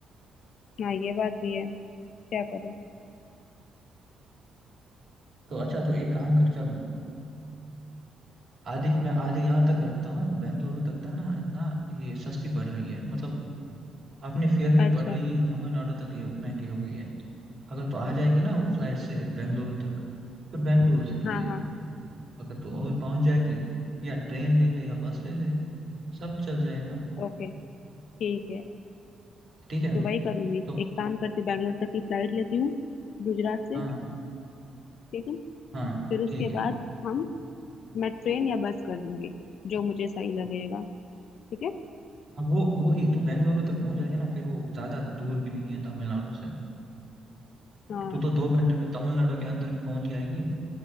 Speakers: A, on the left; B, on the right.
A: हाँ ये बात भी है क्या करें
B: तो अच्छा तू एक काम कर चल आधे मैं आधे यहाँ तक रखता हूँ बेंगलुरु तक था ना ना ये सस्ती पड़ रही है मतलब अपने फेयर में ही
A: अच्छा
B: पड़ रही है तमिलनाडु तक ये महंगी हो गई है अगर तू आ जाएगी ना वो फ्लाइट से बेंगलुरु तक पर बेंगलुरु से तुझे
A: हाँ हाँ
B: अगर तू और पहुंच जाएगी या ट्रेन ले ले या बस ले ले सब चल जाएगा
A: ओके ठीक है
B: ठीक है
A: तो वही करूंगी
B: तो
A: एक काम करती हूँ बैंगलोर तक की फ्लाइट लेती हूँ गुजरात से
B: हाँ
A: ठीक है
B: हाँ
A: फिर उसके
B: ठीक है
A: बाद हम मैं ट्रेन या बस कर लूंगी जो मुझे सही लगेगा ठीक है
B: अब वो वो ही- तू बेंगलुरु तक पहुंच जाएगी ना फिर वो ज्यादा दूर भी नहीं है तमिलनाडु से
A: हाँ
B: तू तो दो घंटे में तमिलनाडु के अंदर पहुंच जाएगी